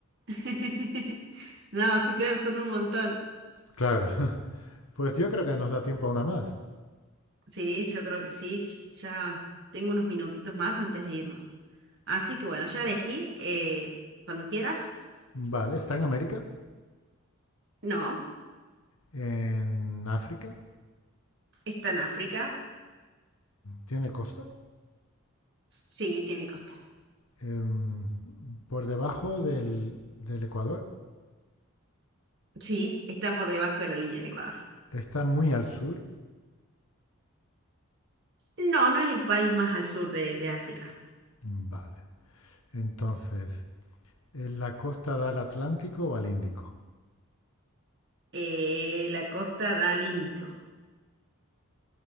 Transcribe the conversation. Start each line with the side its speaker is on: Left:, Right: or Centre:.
Right: <laughs> No, sí, claro, son un montón.
Left: Claro, <laughs> pues yo creo que nos da tiempo a una más.
Right: Sí, yo creo que sí, que ya tengo unos minutitos más antes de irnos. Así que bueno, ya elegí. eh, cuando quieras.
Left: Vale, está en América,
Right: No,
Left: en África,
Right: está en África.
Left: tiene costa,
Right: Sí, tiene costa.
Left: em, por debajo del, del Ecuador,
Right: Sí, está por debajo de la línea del Ecuador.
Left: está muy al sur.
Right: No, no es el país más al sur de, de África.
Left: Vale, entonces, ¿en la costa da al Atlántico o al Índico?
Right: Eh, la costa da al Índico.